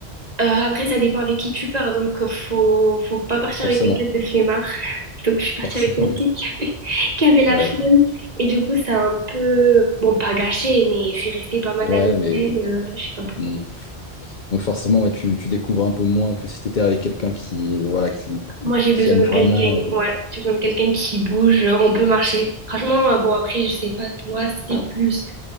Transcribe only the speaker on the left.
forcément,
forcément.
<laughs>
Ouais,
ouais,
mais
hmm. Donc forcément, ouais, tu, tu découvres un peu moins que si t'étais avec quelqu'un qui, voilà, qui,
qui
aime
vraiment.
euh,